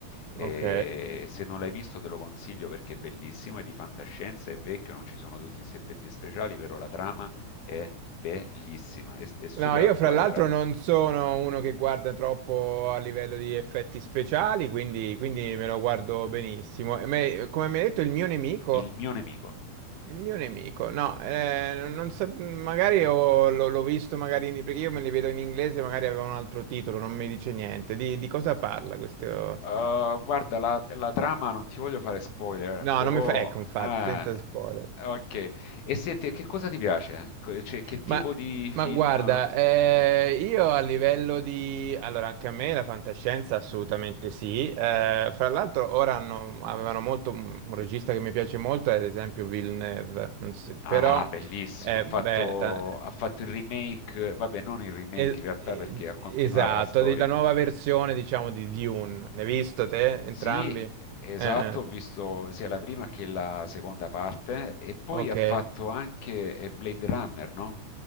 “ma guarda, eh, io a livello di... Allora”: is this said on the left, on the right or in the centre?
Right